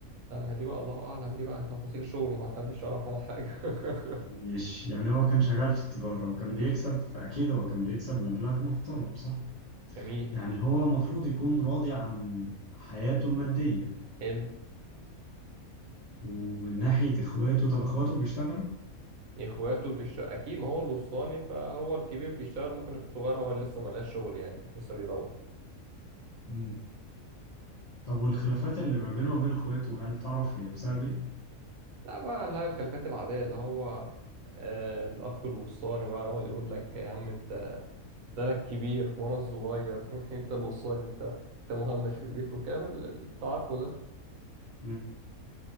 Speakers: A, on the right; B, on the left.
A: لا ما هي دي بقى الله اعلم دي بقى تفاصيل شغله ما حدش يعرف عنها حاجه <laughs>
B: مش يعني هو كان شغال في التجارة وكان
A: امم
B: بيكسب فأكيد هو كان بيكسب مبلغ محترم صح؟
A: جميل
B: يعني هو المفروض يكون راضي عن حياته المادية
A: حلو
B: ومن ناحية اخواته طب اخواته بيشتغلوا
A: اخواته بيشتغل اكيد ما هو الوسطاني فهو الكبير بيشتغل ممكن الصغير هو اللي لسه ملقاش شغل يعني لسه بيدور
B: امم طب والخلافات اللي ما بينه وبين اخواته هل تعرف هي بسبب ايه
A: لا بقى اللي هي الخلافات العاديه اللي هو آه الاخ الوسطاني بقى يقعد يقول لك يا عم انت ده انا الكبير وانا الصغير <laughs> انت الوسطاني انت انت مهمش في البيت والكلام اللي انت عارفه ده
B: مم.